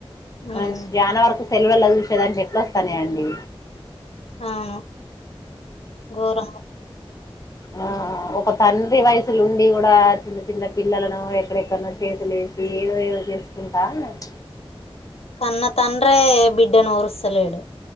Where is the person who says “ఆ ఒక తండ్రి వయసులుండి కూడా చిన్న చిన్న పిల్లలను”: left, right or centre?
Left